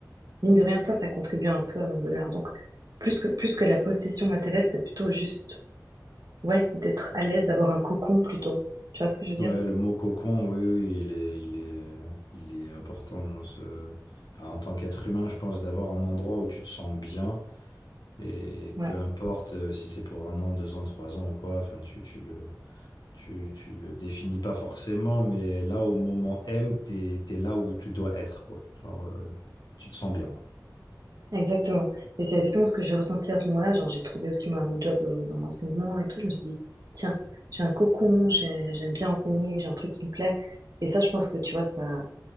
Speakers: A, on the right (about 60°); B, on the left (about 75°).
A: mine de rien ça, ça contribue un peu à mon bonheur. Donc plus que plus que la possession matérielle, c'est plutôt juste ouais d'être à l'aise, d'avoir un cocon plutôt. Tu vois ce que je veux dire?
B: Ouais, le mot cocon, oui, oui, il est il est il est important dans ce enfin, en tant qu'être humain, je pense d'avoir un endroit où tu te sens bien et
A: Ouais.
B: peu importe euh, si c'est pour un an, deux ans, trois ans ou quoi, enfin tu tu le Tu, tu le définis pas forcément, mais là, au moment M, t'es, t'es là où tu dois être, quoi. Genre, euh, tu te sens bien, quoi.
A: Exactement. Et c'est exactement ce que j'ai ressenti à ce moment-là. Genre, j'ai trouvé aussi moi mon job euh, dans l'enseignement et tout. Je me suis dit, tiens, j'ai un cocon, j'ai- j'aime bien enseigner, j'ai un truc qui me plaît. Et ça, je pense que tu vois, ça,